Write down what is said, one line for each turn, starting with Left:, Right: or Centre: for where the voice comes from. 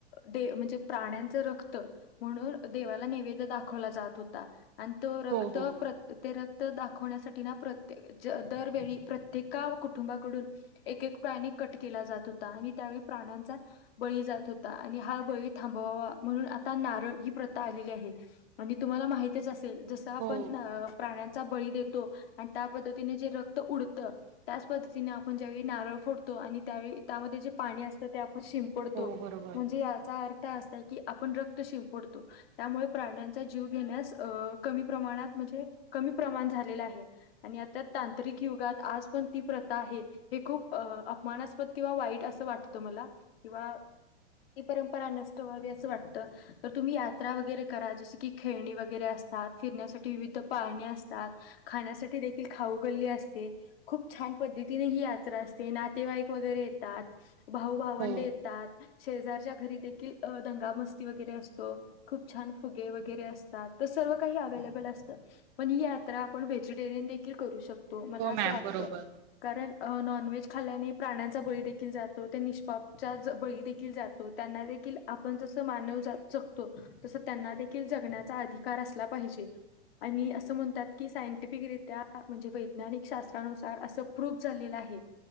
Left: दे म्हणजे प्राण्यांच रक्त, म्हणून देवाला नैवेद्य दाखवला जात होता. आणि तो रक्त
Right: हो हो
Left: प्र ते रक्त दाखवण्यासाठी ना प्र दरवेळी प्रत्येका कुटुंबाकडून एक एक प्राणी कट केला जात होता, आणि त्यावेळी प्राण्यांचा बळी जात होता आणि हा बळी थांबवावा. म्हणून आता नारळ ही प्रथा आली आहे तुम्हाला माहित च असेल जस आपण
Right: हो
Left: प्राण्यांचा बळी देतो त्या पद्धतीने जे रक्त उडत त्याच पद्धतीने आपण ज्यावेळी नारळ फोडतो आणि त्यावेळी त्यामध्ये जे पाणी असत आपण शिंपडतो
Right: हो बरोबर
Left: म्हणजे याचा अर्थ असा की आपण रक्त शिंपडतो त्यामुळे प्राण्यांचा जीव घेण्यास कमी प्रमाणात म्हणजे, कमी प्रमाण झालेलं आहे. आणि आता तांत्रिक युगात आज पण ती प्रथा आहे हे खूप अपमानास्पद किंवा वाईट अस अस वाटतं मला किंवा ही परंपरा नष्ट व्हावी असं वाटतं तर तुम्ही यात्रा वगैरे करा जस की खेळणी वगैरे असतात फिरण्यासाठी विविध पाळणे असतात खाण्यासाठी विविध खाऊकल्ली असते खूप छान पद्धतीने ही यात्रा असते नातेवाईक वगैरे येतात. भाऊ भावंडे
Right: हो
Left: येतात. शेजारच्या घरी देखील दंगा मस्ती वगैरे असतो खूप छान फुगे वगैरे असतात तसं सर्व काही अवेलेबल असत पण ही यात्रा व्हेजिटेरियन देखील करू शकतो मला
Right: हो
Left: अस
Right: मॅम
Left: वाटतं.
Right: बरोबर
Left: कारण नॉनव्हेज खाल्याने प्राण्यांचा बळी देेखील जातो. ते निष्पापचा बळी देेखील जातो त्यांना देखील आपण जस मानव जगतो तस त्यांना जगण्याचाअधिकार असला पाहिजे. आणि अस म्हणतात की सायंटिफिक रित्या म्हणजे वैज्ञानिक शास्त्रानुसार असं प्रूफ झालेलं आहे